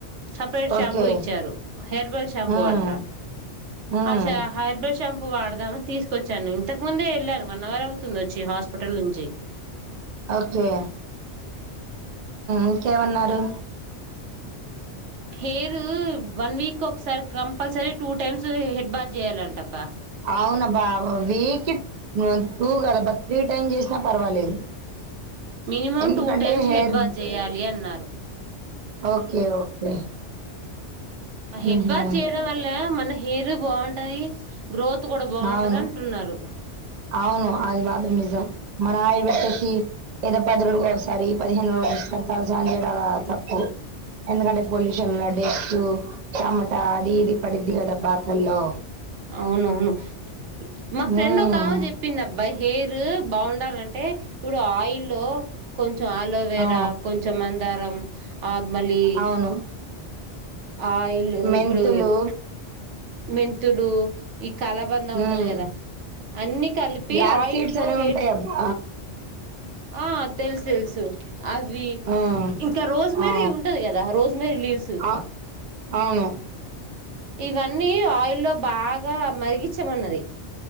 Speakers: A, on the right (about 80°); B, on the right (about 55°).
A: సపరేట్ షాంపూ
B: ఓకే
A: ఇచ్చారు హెయిర్బెల్ షాంపూ
B: ఉమ్
A: అంట
B: హ్మ్.
A: ఆ హెర్బెల్ షాంపూ వాడదామని తీసుకొచ్చాను ఇంతకు ముందే వెళ్ళాను వన్ అవర్ అవుతుంది వచ్చి హాస్పిటల్ నుంచి
B: ఓకే ఇంకేమన్నారు
A: హెయిర్ వన్ వీక్ ఒకసారి compulsory two times head Bosch చేయాలంటబ్బా
B: అవునాబ్బా వీక్ టూ కదాబ్బా త్రీ టైమ్ చేసినా పర్వాలేదు
A: మినిమం
B: ఎందుకంటే
A: టూ టైమ్స్
B: హెయిర్
A: హెడ్బాత్ చేయాలి అన్నారు
B: ఓకే ఓకే
A: హెడ్
B: హుహు.
A: బాత్ చేయడం వల్ల మన హెరు బాగుంటది గ్రోత్ కూడా బాగుంటది
B: అవును
A: అంటున్నారు
B: అవును అది మాత్రం నిజాం మన ఆయిలు పెట్టేసి ఏదో పది రోజు ఒకసారి పదిహేను రోజు ఒకసారిసహ చేయాల తప్పు ఎందుకంటే పొల్యూషన్ డెస్ టమటా అది ఇది పడిద్ది కదా బాత్రల్లో
A: అవునవును మా
B: హ్మ్.
A: ఫ్రెండ్ ఒక కామ చెప్పింది అబ్బాయి హే బాగుండాలంటే ఇప్పుడు ఆయిల్లో కొంచ కొంచం ఆలోవేరా
B: ఆ!
A: కొంచెం అ దరం ఆ మళ్ళీ
B: అవును.
A: ఆయిల్
B: మెంతులు
A: ఇప్పుడు మెమ్ థులు ఈ కలబంద
B: హ్మ్.
A: ఉంటది కదా అన్ని కలిపి
B: బ్లాక్
A: ఆయి
B: సీడ్స్
A: లో
B: అనేవి
A: వేట్
B: ఉంటాయి అబ్బా
A: ఆ తెలుసు తెలుసు అవి
B: ఆ
A: ఇంకా రోజ్
B: ఆ
A: మరీ ఉంటది కదా రోజ్ మరీ లీవ్స్
B: ఆ అవును
A: ఇవన్నీ ఆయిల్ లో బాగా మరిగచ్చమన్నది